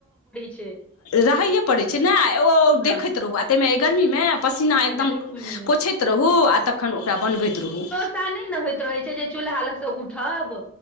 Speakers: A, in the centre; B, on the left.
A: छै
B: रहैए पड़ै छै न अ ओ
A: हँ
B: देखैत रहू तइमे अइ गर्मीमे पसीना
A: आ
B: एकदम
A: गर्मी मे
B: पोछैत रहू आ तखन ओकरा बनबैत रहू
A: सा नइ ने होइत रहे छै जे चूल्हा लग से उठब